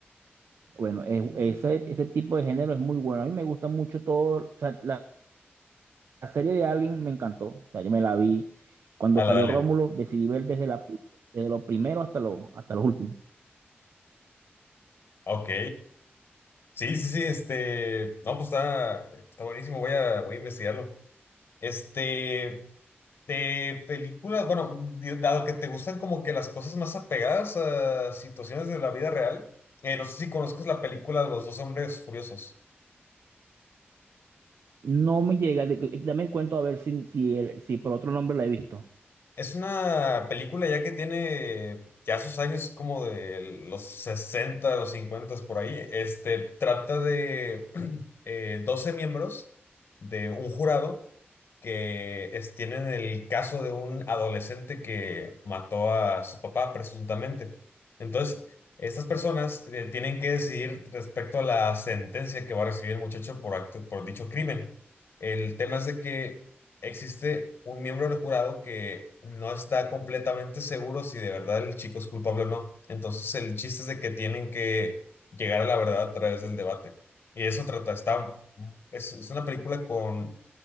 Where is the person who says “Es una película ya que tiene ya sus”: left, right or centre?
Left